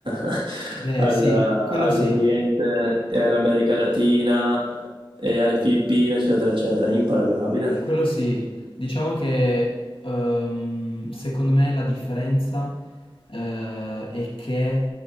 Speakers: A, on the right; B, on the left.
A: <laughs>
B: Beh,
A: al-
B: sì,
A: all'Oriente
B: quello sì,
A: e all'America Latina e alle Filippine, eccetera, eccetera. È imparagonabile.
B: quello sì. Diciamo che ehm, secondo me la differenza eh, è che